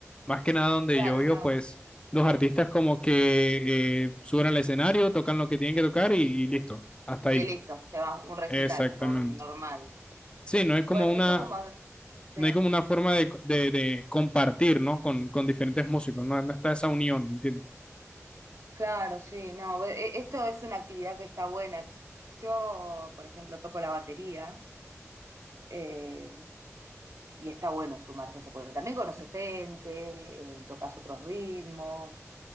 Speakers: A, on the left; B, on the right.
A: Más que nada donde
B: Claro,
A: yo vivo,
B: no,
A: pues los artistas como que eh, suben al escenario, tocan lo que tienen que tocar y, y listo, hasta ahí.
B: Y listo, se va, un recital
A: Exactamente.
B: nor- normal.
A: Sí, no hay como
B: Bueno,
A: una,
B: eso como, sí,
A: no hay como una forma de, de, de compartir, ¿no? Con, con diferentes músicos, ¿no? No está esa unión, ¿entiendes?
B: claro, sí, no, e- e- esto es una actividad que está buena. Yo, por ejemplo, toco la batería eh, y está bueno sumarse a eso, porque también conoces gente, eh, tocas otros ritmos,